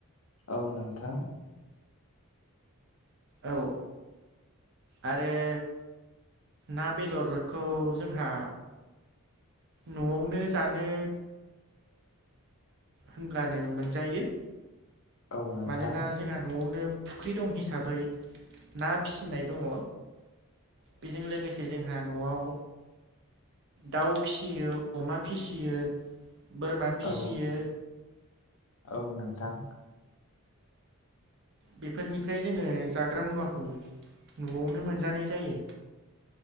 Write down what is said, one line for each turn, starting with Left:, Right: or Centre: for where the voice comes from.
Left: औ नोंथां
Right: औ आरो ना बेदरखौ जोंहा न'आवनो जानो होनब्लानो मोनजायो
Left: औ नोंथां औ नोंथां अ नोंथां
Right: मानोना जोंहा न'आवनो फुख्रि दं हिसाबै ना फिसिनाय दङ। बेजों लोगोसे जोंहा न'आव दाउ फिसियो अमा फिसियो बोरमा फिसियो,
Left: औ औ नोंथां
Right: बेफोरनिफ्राय जोङो जाग्रा मुवाखौ न'आवनो मोनजानाय जायो।